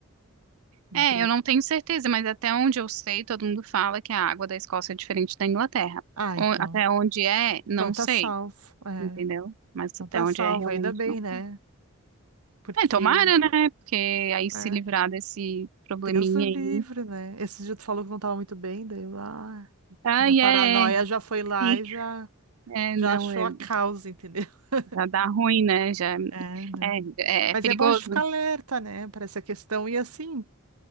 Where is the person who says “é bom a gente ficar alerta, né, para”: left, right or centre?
Right